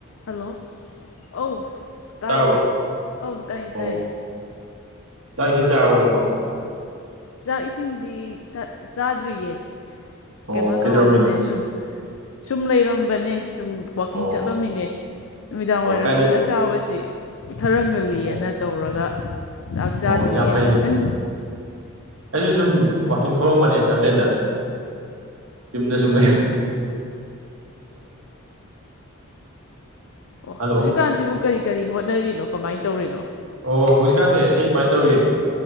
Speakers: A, on the left; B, on the right.
A: Hello ꯑꯧ ꯇꯥꯏꯌꯦ
B: ꯇꯥꯔꯕꯣ
A: ꯑꯧ ꯇꯥꯏꯌꯦ
B: ꯑꯣ
A: ꯇꯥꯏꯌꯦ
B: ꯆꯥꯛ ꯏꯁꯤꯡ ꯆꯥꯔꯕꯣ ꯅꯪꯕ
A: ꯆꯥꯛ ꯏꯁꯤꯡꯗꯤ ꯆꯥꯗ꯭ꯔꯤꯌꯦ
B: ꯑꯣ
A: ꯀꯩꯅꯣ
B: ꯀꯩꯗꯧꯔꯝꯃꯤꯅꯣ
A: ꯇꯧꯔꯝꯕꯅꯦ ꯁꯨꯝ ꯁꯨꯝ ꯂꯩꯔꯝ ꯃꯅꯦ ꯁꯨꯝ ꯋꯥꯛꯀꯤꯡ
B: ꯑꯣ
A: ꯆꯠꯂꯝꯃꯤꯅꯦ ꯅꯨꯃꯤꯗꯥꯡ
B: ꯑꯣ
A: ꯋꯥꯏꯔꯝꯒꯤ
B: ꯀꯥꯏꯗ
A: ꯆꯥꯛ ꯆꯥꯕꯁꯤ ꯊꯔꯝꯒꯜꯂꯤꯑꯅ
B: ꯑꯣ
A: ꯇꯧꯔꯒ ꯆꯥꯛ ꯆꯥꯗ꯭ꯔꯤꯌꯦ
B: ꯑꯣ ꯌꯥꯝ ꯐꯩꯅꯦ
A: ꯅꯪ
B: ꯑꯩꯁꯨ ꯁꯨꯝ ꯋꯥꯛꯀꯤꯡ ꯊꯧꯔꯝꯕꯅꯦ ꯂꯝꯖꯦꯟꯗ ꯌꯨꯝꯗ ꯁꯨꯝ ꯂꯩ
A: ꯑꯣ
B: ꯍꯜꯂꯣ
A: ꯍꯧꯖꯤꯛꯀꯥꯟꯁꯤꯕꯨ ꯀꯔꯤ ꯀꯔꯤ ꯍꯣꯠꯅꯔꯤꯅꯣ ꯅꯣ ꯀꯃꯥꯏꯅ ꯇꯧꯔꯤꯅꯣ
B: ꯑꯣ ꯍꯧꯖꯤꯛꯀꯥꯟꯁꯦ ꯑꯩ ꯁꯨꯃꯥꯏꯅ ꯇꯧꯔꯤꯌꯦ